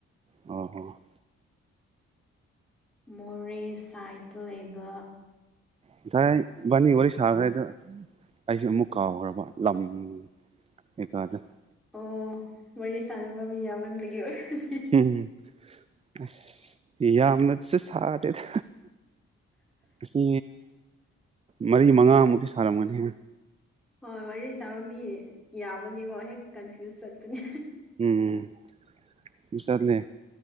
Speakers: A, on the right (about 20°); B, in the centre.
A: ꯑꯣ ꯍꯣ
B: ꯃꯣꯔꯦ ꯁꯥꯏꯠꯇ ꯂꯩꯕ
A: ꯉꯁꯥꯏꯕꯥꯅꯤ ꯋꯥꯔꯤ ꯁꯥꯈ꯭ꯔꯦꯗ ꯑꯩꯁꯦ ꯑꯃꯨꯛ ꯀꯥꯎꯈ꯭ꯔꯕ ꯂꯝ <unintelligible>
B: ꯑꯣ ꯋꯥꯔꯤ ꯁꯥꯟꯅꯕ ꯃꯤ ꯌꯥꯝꯃꯟꯕꯒꯤ ꯑꯣꯏꯔꯅꯤ
A: ꯎꯝ ꯑꯁ ꯌꯥꯝꯅꯁꯨ ꯁꯥꯔꯦꯗ ꯑꯁꯤ ꯃꯔꯤ ꯃꯉꯥꯃꯨꯛꯇꯤ ꯁꯥꯔꯝꯒꯅꯤ
B: ꯍꯣꯏ ꯋꯥꯔꯤ ꯁꯥꯕ ꯃꯤ ꯌꯥꯝꯕꯅꯤꯀꯣ ꯍꯦꯛ ꯀꯟꯐ꯭ꯌꯨꯁ ꯆꯠꯄꯅꯤ
A: ꯎꯝ ꯆꯠꯂꯦ